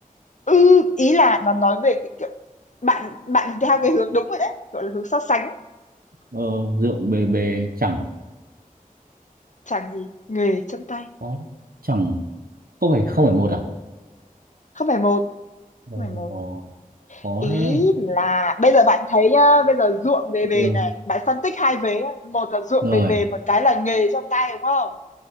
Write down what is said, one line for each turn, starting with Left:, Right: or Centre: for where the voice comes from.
Left: ừ ý là nó nói về cái kiểu bạn bạn theo cái hướng đúng rồi đấy gọi là hướng so sánh
Right: ờ ruộng bề bề chẳng
Left: chẳng gì nghề chân tay
Right: có chẳng không phải không phải một à
Left: không phải một
Right: ờ,
Left: không phải một
Right: có
Left: ý
Right: đấy
Left: là bây giờ bạn thấy nhá bây giờ ruộng bề bề
Right: ừ,
Left: này bạn phân tích hai vế nhá. một là ruộng
Right: rồi
Left: bề bề một cái là nghề trong tay đúng không